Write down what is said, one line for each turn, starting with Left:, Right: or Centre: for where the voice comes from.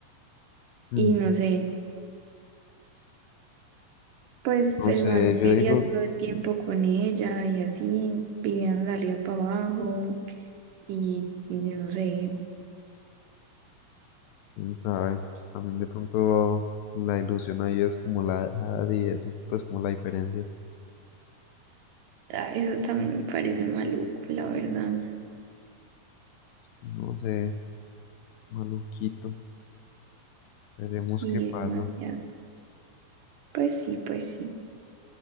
Left: Mm,
Right: Y no sé, pues
Left: No
Right: el
Left: sé,
Right: man
Left: yo
Right: vivía
Left: digo,
Right: todo el tiempo con ella y así, vivían de arriba para abajo. Y yo no sé,
Left: quién sabe, pues también de pronto la ilusión ahí es como la edad y eso, pues como la diferencia.
Right: Ah, eso también me parece maluco, la verdad.
Left: Pues no sé, maluquito. Veremos
Right: Y
Left: qué pasa.
Right: demasiado. Pues sí, pues sí.